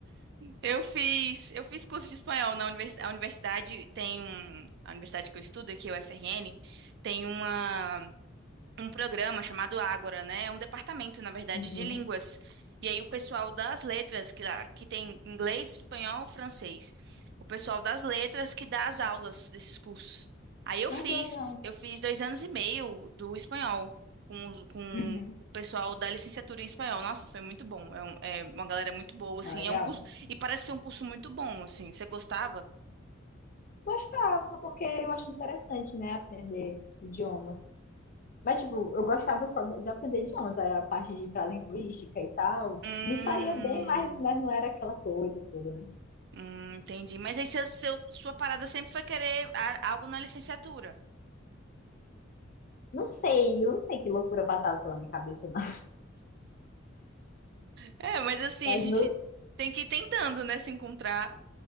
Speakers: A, on the right; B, on the left.
A: Eu fiz, eu fiz curso de espanhol na universidade. A universidade tem um, a universidade que eu estudo aqui, o UFRN, tem uma um programa chamado Ágora, né? É um departamento, na verdade,
B: Uhum.
A: de línguas. E aí o pessoal das letras, que, dá- que tem inglês, espanhol, francês. O pessoal das letras que dá as aulas desses cursos. Aí eu
B: Ah,
A: fiz,
B: que legal.
A: eu fiz dois anos e meio do espanhol com, os- com
B: Uhum.
A: o pessoal da licenciatura em espanhol. Nossa, foi muito bom. É, um- é uma galera muito boa, assim.
B: Ah, legal.
A: É um curso, e parece ser um curso muito bom, assim. Você gostava?
B: Gostava, porque eu acho interessante, né, aprender idiomas. Mas, tipo, eu gostava só de de aprender idiomas, aí a parte de ir pra linguística e tal.
A: Hum.
B: Me saía bem, mas, mas não era aquela coisa toda, né?
A: Hum, entendi. Mas aí seu, seu- sua parada sempre foi querer a- algo na licenciatura.
B: Não sei, eu não sei que loucura passava pela minha cabeça, não.
A: É, mas assim,
B: Mas
A: a gente
B: no,
A: tem que ir tentando, né, se encontrar.